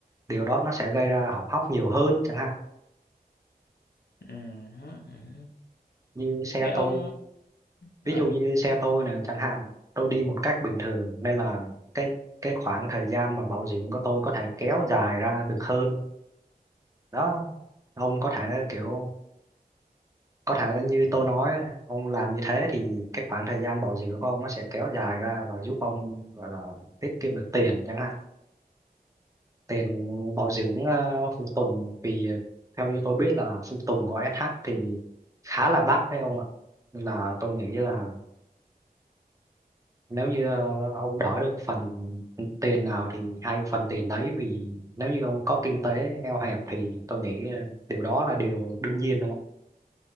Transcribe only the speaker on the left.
Ừ, hứ, ừ hứ.
Thế ông
ờ